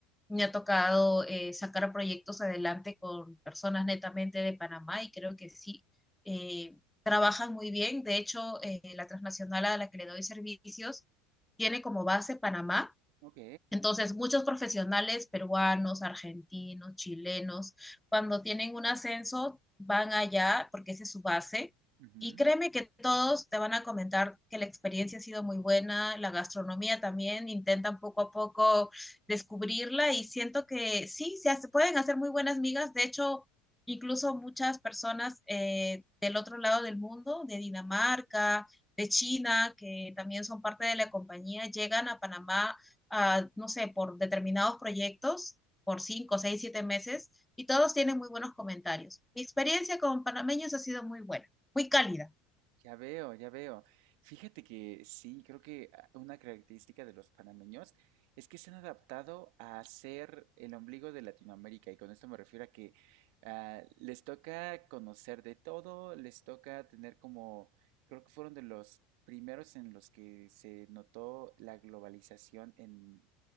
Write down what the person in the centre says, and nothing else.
me ha tocado eh, sacar proyectos adelante con personas netamente de Panamá y creo que sí, eh, trabajan muy bien. De hecho, eh, la transnacional a la que le doy servicios tiene como base Panamá
entonces, muchos profesionales peruanos, argentinos, chilenos, cuando tienen un ascenso, van allá porque esa es su base.
Y créeme que todos te van a comentar que la experiencia ha sido muy buena, la gastronomía también, intentan poco a poco descubrirla y siento que sí, se hace- pueden hacer muy buenas migas. De hecho, incluso muchas personas eh, del otro lado del mundo, de Dinamarca, de China, que también son parte de la compañía, llegan a Panamá ah, no sé, por determinados proyectos, por cinco, seis, siete meses, y todos tienen muy buenos comentarios. Mi experiencia con panameños ha sido muy buena, muy cálida.